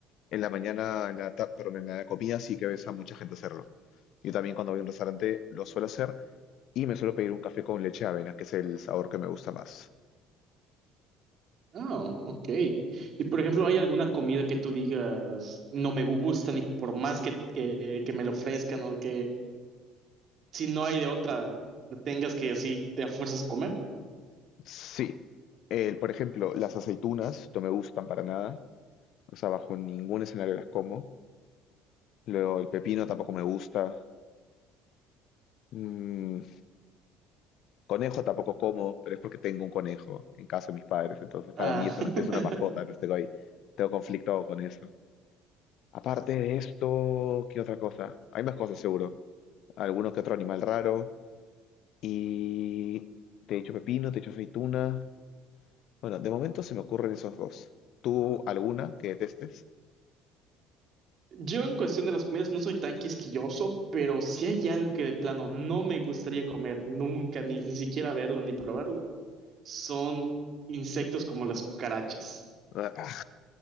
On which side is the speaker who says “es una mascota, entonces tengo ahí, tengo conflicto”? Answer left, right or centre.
Left